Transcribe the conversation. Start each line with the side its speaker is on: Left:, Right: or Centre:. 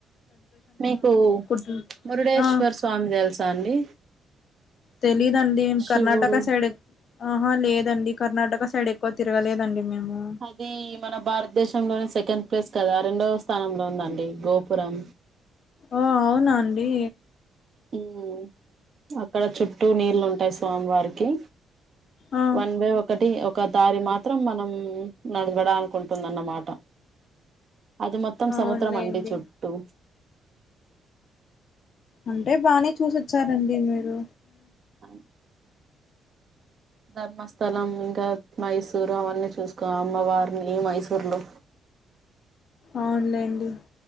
Right: మీకు
Left: కుటు
Right: మురుడేశ్వర
Left: ఆ
Right: స్వామి తెలుసా అండి
Left: తెలీయదండి
Right: శివుడు
Left: కర్ణాటక సైడ్ ఆహా లేదండి కర్ణాటక సైడ్ ఎక్కువ తిరగలేదండి మేము
Right: ఇది మన భారతదేసం లోనే సెకండ్ ప్లేస్ కదా రెండవ స్థానంలో ఉందండి గోపురం
Left: ఓ అవునా అండి
Right: ఉం అక్కడ చుట్టూ నీళ్లు ఉంటాయి స్వామి వారికి
Left: ఆ
Right: వన్ వే ఒకటి ఒక దారి మాత్రం మనం నడవడానికి ఉంటుంద అన్నమాట అది మొత్తం
Left: అవునులేండి
Right: సముద్రం అండి చుట్టూ
Left: అంటే బానే చూసోచ్చారండి మీరు
Right: ఆ ధర్మస్థలం ఇంకా మైసూరు అవన్నీ చూసుకో అమ్మవారిని మైసూర్లు
Left: అవును లేండి